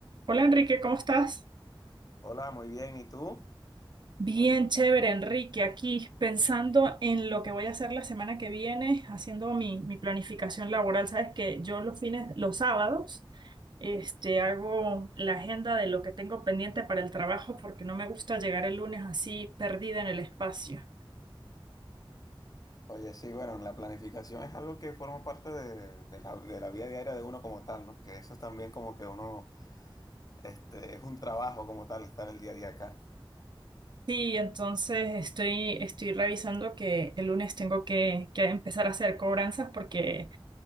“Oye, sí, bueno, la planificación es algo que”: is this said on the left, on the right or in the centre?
Left